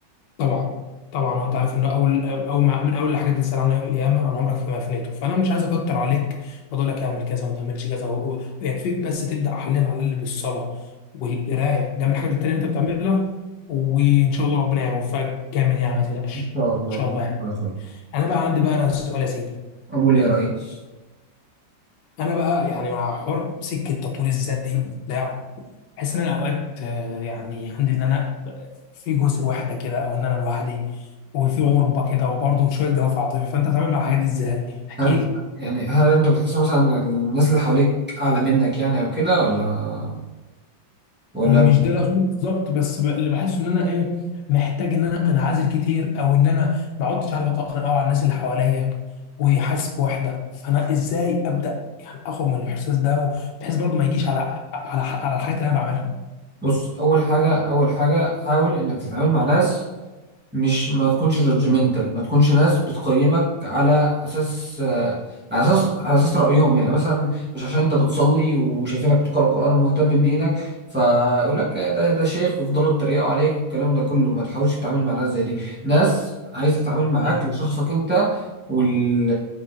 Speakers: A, on the left; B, on the right.
A: طبعا طبعا وانت عارف انه اول اول ما من اول الحاجات اللي تسال عنها يوم القيامه عن عمرك فيما افنيته فانا مش عايز اكتر عليك واقول لك اعمل كذا وما تعملش كذا و- و- ويكفيك بس تبدا حاليا على اللي بالصلاه والقرايه جنب الحاجات التانيه اللي انت بتعملها وان شاء الله ربنا يوفقك جامد يعني ما تقلقش
B: إن شاء الله
A: ان شاء الله يعني.
B: ربنا يخليك.
A: انا بقى عندي بقى انا سؤال يا سيدي
B: أقول يا ريس
A: انا بقى يعني مع حر سكه تطوير الذات دي بتاع بحس ان انا اوقات آه، يعني عندي ان انا في جزء وحده كده او ان انا لوحدي وفي غربه كده وبرضه شويه جفاف عاطفي فانت بتتعامل مع الحاجات دي ازاي؟ احكي
B: هل
A: لي
B: يعني هل أنت بتحس مثلا إن الناس اللي حواليك أعلى منك يعني أو كده ولا ولا
A: مش ده الاصول بالظبط بس ب- اللي بحسه ان انا ايه محتاج ان انا انعزل كتير او ان انا ما عدتش عارف اتاقلم قوي على الناس اللي حواليا وحاسس بوحده فانا ازاي ابدا يعني اخرج من الاحساس ده بحيث برضه ما يجيش على على على الحاجات اللي انا بعملها
B: بص اول حاجه اول حاجه حاول انك تتعامل مع ناس مش ما تكونش جادجمنتال ما تكونش ناس بتقيمك على اساس آه، على اساس على اساس رايهم يعني مثلا مش عشان انت بتصلي وشايفينك بتقرا قران ومهتم بدينك فيقول لك ده ده شيخ ويفضلوا يتريقوا عليك والكلام ده كله ما تحاولش تتعامل مع ناس زي دي ناس عايزه تتعامل معاك
A: كتير.
B: لشخصك انت وال